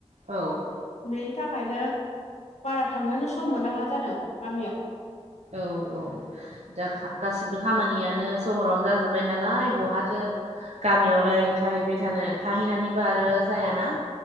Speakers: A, on the right; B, on the left.
A: औ
B: बेनि थाखायनो बारा थांनोनो सम मोना जादों गामियाव
A: औ औ दा गासिबो खामानियानो सहरावनो जाजोब्बाय नालाय बहाथो गामियावलाय थाहैबाय थानो थाहैनानैबो आरो जायाना